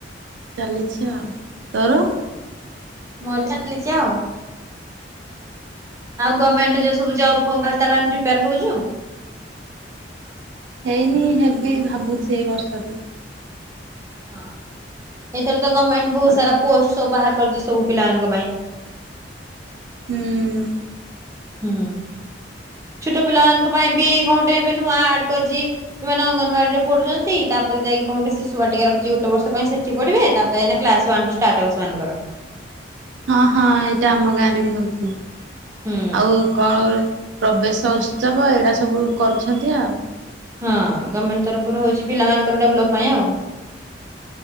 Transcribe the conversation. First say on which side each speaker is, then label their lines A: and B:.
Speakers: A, on the right; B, on the right.
A: ଚାଲିଛି ଆଉ। ତୋର?
B: ମୋର ବା ଚାଲିଚି ଆଉ। ଆଉ ଗମେଣ୍ଟ ରେ ଯଉ ସବୁ ଜବ୍ ଫବ୍ ବାହାରୁ, ତା ପାଇଁ ପ୍ରିପେୟାର ହଉୁଚୁ?
A: ହେଇନି ହେବି, ଭାବୁଚି ଏଇ ବର୍ଷଠୁ।
B: ହଁ, ଏଇଥର ତ ଗମେଣ୍ଟ ବହୁତ
A: ଆଉ
B: ସାରା ପୋଷ୍ଟ ସବୁ ବାହାର କରିଛି, ସବୁ ପିଲାମାନଙ୍କ ପାଇଁ।
A: ହୁଁ। ହୁଁ।
B: ହୁଁ, ଛୋଟ ପିଲାମାନଙ୍କ ପାଇଁ ବି କଣ ଗୋଟେ ଏବେ ନୂଆ ଆଡ୍ କରିଚି? ଯୋଉମାନେ ଅଙ୍ଗନବାଡିରେ ପଢୁଛନ୍ତି ତାପରେ ଯାଇକି କଣ ଗୋଟେ ଶିଶୁ ବାଟିକା ରଖିଛି ଗୋଟେ ବର୍ଷ ପାଇଁ ସେଠି ପଢିବେ। ତାପରେ ଏଇନେ କ୍ଲାସ୍ ୱାନ୍ ଠୁ ଷ୍ଟାର୍ଟ ହବ ସେମାନଙ୍କର।
A: ହଁ ହଁ ଏଇଟା ଆମ ଗାଁରେ ବି ହଉଥିଲା।
B: ହୁଁ
A: ଆଉ କଣ ଉ ପ୍ରବେଶ ଉତ୍ସବ ଏଇଡ଼ା ସବୁ କରୁଛନ୍ତି ଆଉ।
B: ହଁ ଗମେଣ୍ଟ ତରଫରୁ ହଉଚି ପିଲାମାନଙ୍କର ଡେଭଲପ ପାଇଁ ଆଉ।